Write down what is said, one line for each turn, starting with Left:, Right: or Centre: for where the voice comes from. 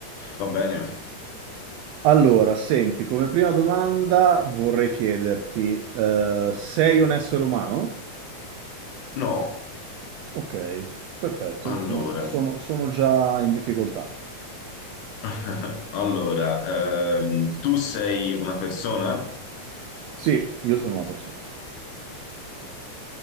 Left: va bene.
Right: Allora, senti, come prima domanda vorrei chiederti, eh, sei un essere umano?
Left: No.
Right: Ok, perfetto,
Left: Allora.
Right: sono sono- sono già in difficoltà.
Left: <laughs> Allora, ehm, tu sei una persona?
Right: Sì, io sono una persona.